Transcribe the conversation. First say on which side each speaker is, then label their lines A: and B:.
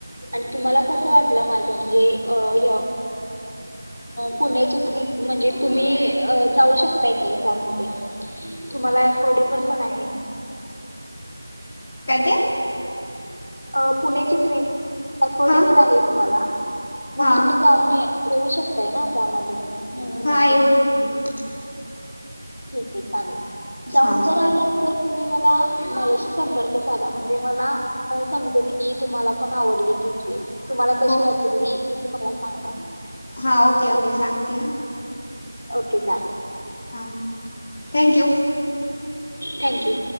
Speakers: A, on the left; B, on the left.
A: आणि तुम्हाला कसं वाटलं माझ म्हणजे अ य पुण्याची ट्रिप म्हणजे तुम्ही जाऊ शकताय का त्यामध्ये? तुम्हाला अफोर्डेबल पण आहे.
B: काय ते?
A: अ पुण्याची ट्रिप अफोर्डेबल
B: हा
A: आहे तुम्हाला मग
B: हा
A: तुम्ही जाऊन ये येऊ शकताय ना त्यामध्ये म्हणून
B: हा
A: म्हटलं
B: येऊ शकते की
A: ठीक आहे चालेल जाऊन
B: हा
A: तर आलात तर तुम्ही मला माझ्याशी संपर्क साधा म्हण ते मला <unintelligible> त्यांनी गीत तुम्हाला पण आवडली ती ट्रिप तुम्हाला कशी
B: हो
A: वाटली ती मला सांगा.
B: हा ओके ओके सांगते हा
A: ओके चालेल.
B: हा थँक्यू
A: थँक यू